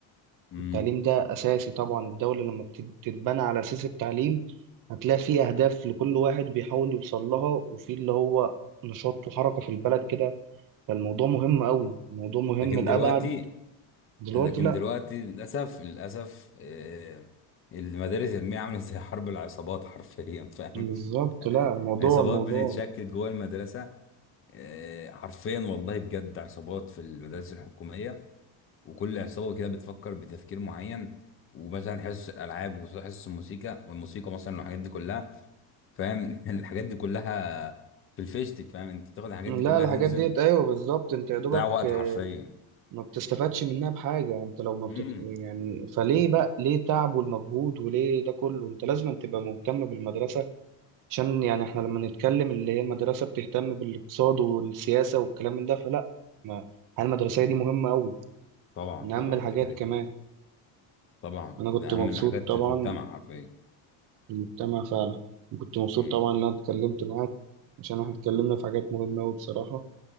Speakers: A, on the left (about 25°); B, on the right (about 45°).
A: امم
B: التعليم ده أساسي طبعا الدولة لما بتت- بتتبنى على أساس التعليم هتلاقي في أهداف لكل واحد بيحاول يوصل لها وفي اللي هو نشاط وحركة في البلد كده فالموضوع مهم قوي الموضوع مهم
A: لكن
B: لأبعد
A: دلوقتي
B: دلوقتي
A: لكن
B: لا
A: دلوقتي للأسف للأسف آه، المدارس العلمية عاملة زي حرب العصابات حرفيا فاهم
B: بالظبط لا
A: <laughs>
B: الموضوع
A: عصابات
B: الموضوع
A: بتتشكل جوه المدرسة آه، حرفيا والله بجد عصابات في المدارس الحكومية وكل عصابة كده بتفكر بتفكير معين ومثلا حصص الألعاب وحصص الموسيقى والموسيقى مثلا والحاجات دي كلها فاهم <laughs> الحاجات دي كلها في الفيشتك فاهم انت تاخد الحاجات
B: لا
A: دي كلها
B: الحاجات
A: تنزل
B: ديت ايوه بالظبط انت يا دوبك
A: تضيع وقت
B: آه،
A: حرفيا
B: ما بتستفادش منها بحاجه انت لو ما بتت...
A: امم
B: يعني فليه بقى ليه تعب والمجهود وليه ده كله انت لازم تبقى مهتم بالمدرسه عشان يعني احنا لما نتكلم اللي هي المدرسه بتهتم بالاقتصاد والسياسه والكلام من ده فلا ما الحياة المدرسيه دي مهمه قوي
A: طبعا
B: من اهم
A: طبعا
B: الحاجات
A: ده كده
B: كمان
A: كده طبعا
B: انا
A: ده
B: كنت مبسوط
A: اهم الحاجات
B: طبعا
A: اللي في المجتمع حرفيا
B: بالمجتمع فعلا كنت مبسوط
A: امم
B: طبعا ان انا اتكلمت معاك عشان احنا اتكلمنا في حاجات مهمه قوي بصراحه